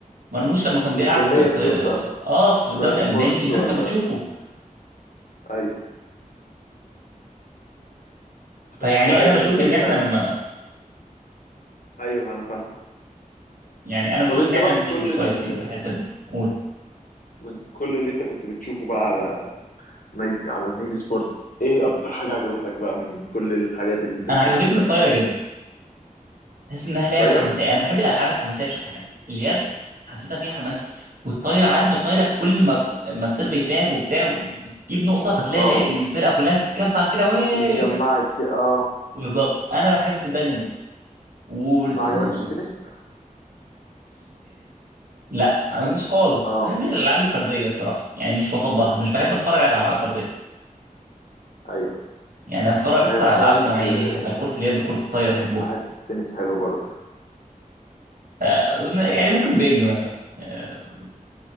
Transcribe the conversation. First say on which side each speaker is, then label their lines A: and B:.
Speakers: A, on the right; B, on the left.
A: مرموش لما كان بيلعب
B: مستنيه
A: في في
B: تشوف
A: اه في الدوري
B: فرانكفورت
A: الالماني الناس
B: ولا
A: كانت بتشوفه
B: ايوه
A: فيعني
B: فلا
A: انا
B: يعني
A: بشوف
B: الدنيا
A: ان احنا م...
B: ايوه انا فاهم
A: يعني انا بشوف
B: طب انت
A: ان احنا
B: بقى
A: مش
B: من كل
A: مش
B: ال...
A: كويسين في الحته دي قول
B: من كل اللي انت كنت بتشوفه بقى على نيل... على نيل سبورت ايه اكتر حاجة عجبتك بقى من كل الحاجات اللي انت
A: انا
B: كنت
A: عجبتني
B: بتشوفها
A: الطايره
B: دي
A: جدا حاسس انها لعبه
B: طايرة
A: حماسيه انا بحب الالعاب الحماسيه بشكل عام اليد حسيتها فيها حماس والطايره عارف الطايره كل ما ما السيرف يتلعب وبتاع وتجيب نقطه فتلاقي
B: اه
A: الع- الفرقه كلها تجمع كده ويه
B: جمعت
A: <laughs>
B: ك- اه
A: بالظبط انا بحب ده جدا والتنس
B: ما عجبكش التنس
A: لا ما عجبنيش خالص
B: اه
A: ما بحبش الالعاب الفرديه الصراحه يعني مش بفضلها مش بحب اتفرج على العاب فرديه
B: ايوه
A: يعني اتفرج
B: مش
A: اكتر
B: عارف
A: على
B: بس
A: الالعاب
B: انا بحس
A: الجماعيه دي بحبها
B: بح-
A: كره اليد وكره الطايره بحبهم
B: بحس التنس حلو برضه
A: آه، يعني ممكن بينج مثلا آه،